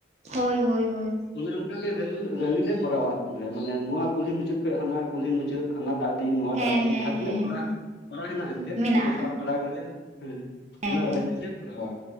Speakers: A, on the right; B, on the left.
A: ᱦᱳᱭ ᱦᱳᱭ ᱦᱳᱭ
B: ᱚᱱᱮ ᱚᱱᱠᱟᱟᱜᱮ ᱨᱮᱤᱞ ᱞᱮ ᱠᱚᱨᱟᱣᱟ ᱟᱛᱩ ᱨᱮ ᱢᱟᱱᱮ ᱱᱚᱣᱟ ᱠᱩᱞᱦᱤ ᱢᱩᱪᱟᱹᱫ ᱠᱷᱚᱱ ᱦᱟᱱᱟ ᱠᱩᱞᱦᱤ ᱢᱩᱪᱟᱹᱫ᱾ ᱦᱟᱱᱟᱴᱟᱜ ᱰᱤ ᱱᱚᱣᱟᱴᱟᱜ
A: ᱦᱮᱸ
B: ᱰᱤ
A: ᱦᱮᱸ
B: ᱡᱟᱦᱟᱸ ᱛᱤᱱᱟᱹᱜ
A: ᱦᱮᱸ
B: ᱯᱟᱲ ᱯᱟᱲᱟᱜ ᱦᱮᱱᱟᱜᱼᱟ ᱮᱱᱛᱮᱫ,
A: ᱢᱮᱱᱟᱜᱼᱟ
B: ᱜᱚᱴᱟ ᱯᱟᱲᱟ ᱜᱮᱞᱮ ᱦᱮᱸ
A: ᱦᱮᱸ
B: ᱚᱱᱟ
A: ᱦᱮᱸ
B: ᱨᱮᱞᱤ ᱞᱮ ᱠᱚᱨᱟᱣᱟ᱾